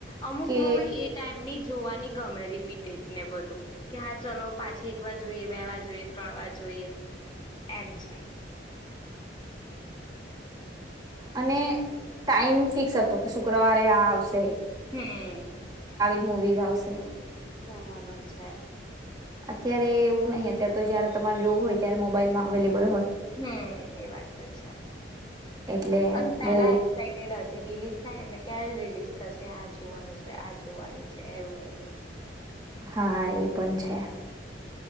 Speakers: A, on the left (about 25°); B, on the right (about 20°).
A: અમુક
B: કે
A: મુૂવી એ ટાઈમની જોવાની ગમે રિપીટેડ ને બધું કે હા ચલો પાછી એક વાર જોઈએ બે વાર જોઈએ ત્રણ વાર જોઈએ એમ છે
B: અને ટાઈમ ફિક્સ હતુ કે શુક્રવારે આ આવશે
A: હમ્મ
B: મુવીઝ આવશે
A: બરાબર છે
B: અત્યારે એવું નહી અત્યારે તો જયારે તમારે જોવું હોય ત્યારે મોબાઈલમાં અવેલેબલ હોય
A: હમ્મ એ વાત તો છે
B: એટલે
A: અને પેલા
B: બહુ
A: એક્સાઇટેડ હતી રિલીઝ થાય એટલે ક્યારે રિલીઝ થશે આ જોવાનું છે આ જોવાની છે એવું એટું
B: હા એ પણ છે